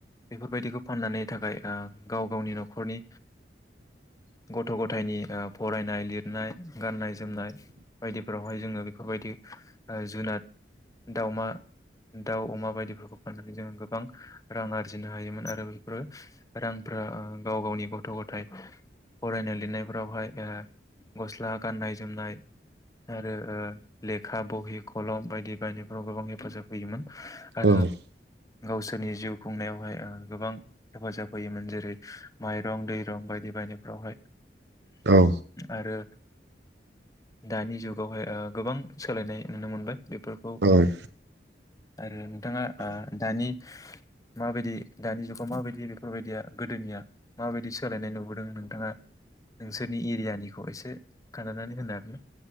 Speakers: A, on the left; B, on the right.
A: बेफोरबायदिखौ फाननानै थाखाय दा गाव गावनि न'खरनि गथ' गथायनि आफ फरायनाय लिरनाय गाननाय जोमनाय बायदि फोरावहाय जोङो बेफोरबादि जुनाद दाउमा दाउ अमा बायदिफोरखौ फाननानै जोङो गोबां रां आरजिनो हायोमोन आरो बेफोरो रांफ्रा ओ गाव गावनि गथ' गथाय फरायनाय लिरनायफ्रावहाय ओ गस्ला गाननाय जोमनाय आरो ओ लेखा बहि खलम बायदि बायनायफ्राव गोबां हेफाजाब होयोमोन। आरो
B: औ
A: गावसोरनि जिउ खुंनायावहाय ओ गोबां हेफाजाब होयोमोन जेरै माइरं दैरं बायदि बायदि फ्रावहाय
B: औ
A: आरो दानि जुगावहाय ओ गोबां सोलायनाय नुनो मोनो । बेफोरखौ
B: औ औ
A: आरो नोंथां ओ‌ दानि माबायदि दानि जुगाव माबायदि बेफोर बायदिया गोदोनि माबायदि सोलायनाय नुबोदों नोंथाङा नोंसोरनि एरियानिखौ एसे खोनथानानै होनो हागोन ना?